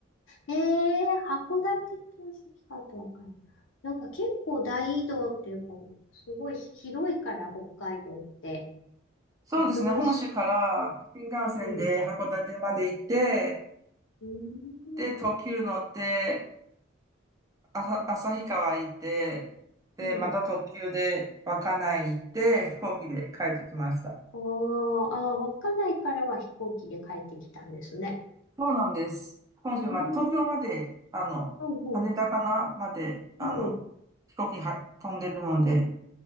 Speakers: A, on the left (about 70°); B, on the right (about 15°).
A: えー、函館と旭川とわかんない。なんか結構大移動っていうか、すごい広いから北海道って。
B: そうですね、
A: 移動す、
B: 本州から新幹線で函館まで行って、
A: うん。うん。
B: で、特急乗って、あさ、
A: うん。
B: 旭川行って、で、
A: うん。
B: また特急で稚内行って、
A: えー、
B: 飛行機で帰ってきました。
A: あーあー、稚内からは飛行機で帰ってきたんですね。
B: そうなんです。本州まで、
A: えー、
B: 東京まで、あの、
A: うんうんうん。
B: 羽田かなまで、あの、
A: うん。う
B: 飛行機は飛んでるので、